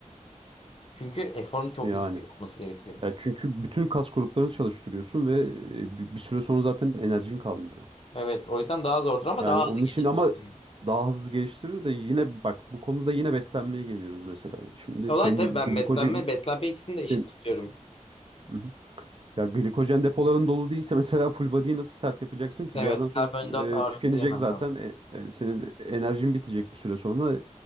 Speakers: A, on the left; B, on the right.
A: Çünkü eforun çok
B: Yani.
A: yüksek olması gerekiyor.
B: Ya çünkü bütün kas gruplarını çalıştırıyorsun ve e, bi- bir süre sonra zaten enerjin kalmıyor.
A: Evet, o yüzden daha zordur ama
B: Yani
A: daha
B: onun
A: hızlı geliştirir
B: için ama
A: seni.
B: daha hızlı geliştirir de yine bak bu konuda yine beslenmeye geliyoruz mesela. Şimdi
A: Olay
B: senin
A: tabii ben
B: glikojen
A: beslenme, beslenme ikisini de eşit
B: sen-
A: tutuyorum.
B: Hı hı. ya glikojen depoların dolu değilse <laughs> mesela full body'yi nasıl sert yapacaksın ki?
A: Evet,
B: Bir yerden sonra
A: karbonhidrat ağırlıklı
B: e, tükenecek
A: yemen
B: zaten.
A: lazım.
B: E, e, senin enerjin bitecek bir süre sonra.